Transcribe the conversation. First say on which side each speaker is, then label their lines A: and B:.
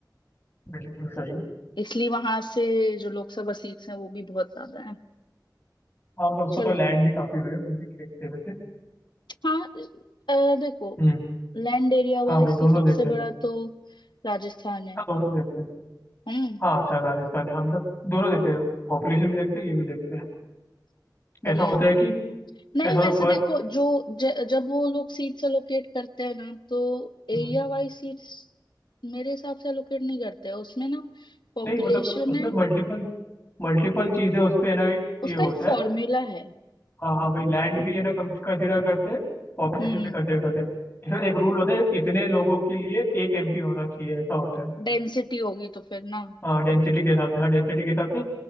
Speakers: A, on the left; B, on the left.
A: बिल्कुल सही
B: इसलिए वहां से जो लोकसभा सीट्स हैं वो भी बहुत ज्यादा है
A: हाँ मतलब उसका
B: चलो
A: तो लैंड भी काफी बड़ा है वो भी देखते हैं वैसे
B: हाँ अ, देखो
A: हम्म
B: लैंड एरिया वाइज
A: हाँ भाई दोनों
B: तो सबसे
A: देखते
B: बड़ा
A: हैं
B: तो राजस्थान है
A: हाँ दोनों देखते हैं
B: हम्म
A: हाँ अच्छा राजस्थान है हाँ मतलब दोनों देखते हैं पॉपुलेशन भी देखते हैं ये भी देखते हैं
B: बढ़िया
A: ऐसा होता है कि
B: नहीं
A: ऐसा
B: वैसे
A: होता है
B: देखो
A: पर
B: जो ज, जब वो लोग सीट्स एलोकेट करते हैं ना तो एरिया
A: हम्म,
B: वाइज सीट्स मेरे हिसाब से एलोकेट नहीं करते हैं उसमें ना पॉपुलेशन
A: नहीं मतलब उसमें
B: है
A: मल्टीपल मल्टीपल चीजें उस पे है ना ये
B: उसका
A: होता
B: एक फॉर्मूला
A: है
B: है
A: हाँ हाँ भाई लैंड भी है ना कम कंसिडर करते हैं पॉपुलेशन
B: हम्म
A: भी कंसिडर करते हैं इसमें एक रूल होता है इतने लोगों के लिए एक एमपी होना चाहिए ऐसा होता है
B: डेंसिटी होगी तो फिर ना
A: हाँ डेंसिटी
B: ओ-
A: के हिसाब से हाँ डेंसिटी के हिसाब से